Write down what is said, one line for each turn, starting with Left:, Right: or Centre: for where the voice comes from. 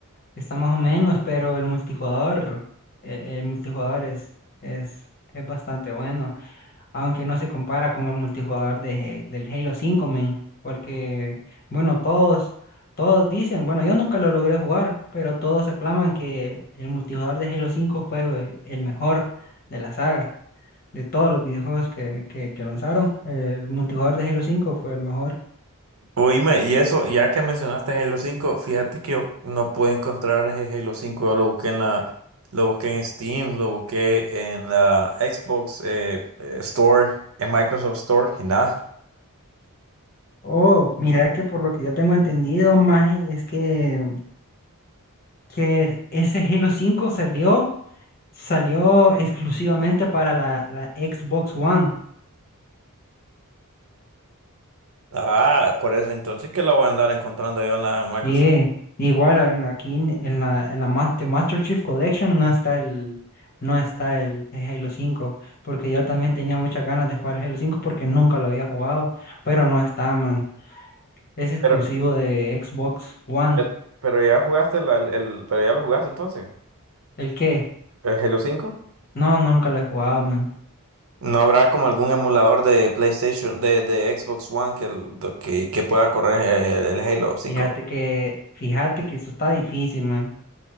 Left: Está más o menos, pero el multijugador, eh, el multijugador es, es, es bastante bueno, aunque no se compara con el multijugador de, del Halo 5, men, porque, bueno, todos, todos dicen, bueno, yo nunca lo logré jugar, pero todos aclaman que el multijugador de Halo 5 fue el mejor de la saga, de todos los videojuegos que, que, que lanzaron, el multijugador de Halo 5 fue el mejor.
Right: Oíme, y eso, ya que mencionaste Halo cinco fíjate que yo no pude encontrar ese Halo cinco yo lo busqué en la, lo busqué en Steam, lo busqué en la Xbox eh, eh, Store, en Microsoft Store, y nada.
Left: Oh, mira que por lo que yo tengo entendido, más es que que ese Halo 5 salió, salió exclusivamente para la, la Xbox One.
Right: Ah, por eso, entonces que lo voy a andar encontrando yo en la Microsoft
Left: Sí, igual en, aquí en, en la, en la Ma- de Master Chief Collection no está el, no está el, el Halo 5, porque yo también tenía muchas ganas de jugar Halo 5 porque nunca lo había jugado, pero no está, man. Es exclusivo
Right: Store.
Left: de Xbox One.
Right: Pe- Pero ya jugaste la- el, el- pero ya lo jugaste entonces.
Left: ¿El qué?
Right: ¿El Halo cinco
Left: No, nunca lo he jugado, man.
Right: ¿No habrá como algún emulador de PlayStation, de, de Xbox One que, el- que, que pueda correr el, el Halo cinco
Left: Fíjate que, fíjate que eso está difícil, man.